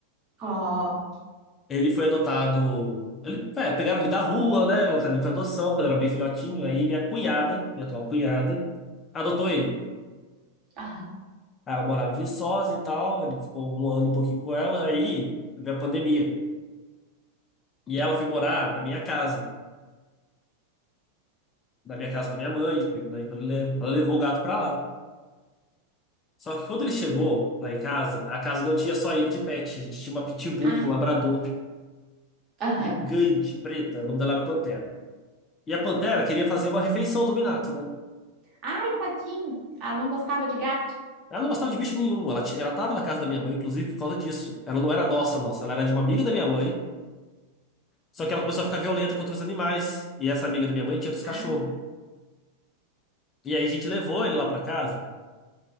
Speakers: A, on the right; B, on the left.
A: Ó,
B: Ele foi adotado. Ele, é, pegaram ele da rua, né? Botaram ele pra adoção, quando era bem filhotinho. Aí minha cunhada, minha atual cunhada, adotou ele.
A: aham.
B: Aí Ela morava em Viçosa e tal, ele ficou um ano e pouquinho com ela, aí veio a pandemia. E ela foi morar na minha casa, na minha casa com a minha mãe, tipo, né? Então ele le- ela levou o gato pra lá. Só que quando ele chegou lá em casa, a casa não tinha só ele de pet, a gente tinha uma pitbull
A: Ah,
B: com um labrador
A: aham.
B: gigante, preta, o nome dela era Pantera. E a Pantera queria fazer uma refeição do Minato, né?
A: Ai, tadinho. Ela não gostava de gato.
B: Ela não gostava de bicho nenhum, ela, ti- ela tava na casa da minha mãe, inclusive, por causa disso. Ela não era nossa, nossa, ela era de uma amiga da minha mãe, só que ela começou a ficar violenta contra os animais, e essa amiga da minha mãe tinha outros cachorros.
A: Ah,
B: E aí a gente levou ele lá pra casa,